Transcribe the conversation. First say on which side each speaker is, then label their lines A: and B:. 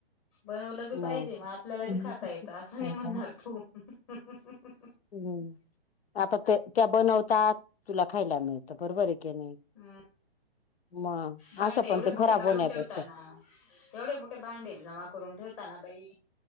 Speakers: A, on the left (about 35°); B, on the left (about 70°).
A: बनवलं बी
B: मग
A: पाहिजे म आपल्याला
B: हम्म
A: बी खाता येतं असं नाही म्हणणार तू <inaudible>
B: हम्म आता ते त्या बनवतात तुला खायला मिळतं बरोबर हे कि नाही.
A: हम्म
B: म
A: भांडे
B: असं पण
A: एवढे
B: ते
A: मोठे
B: खराब
A: काढून
B: होण्यापेक्षा-
A: ठेवताना एवढे मोठे भांडे जमा करून ठेवताना बाई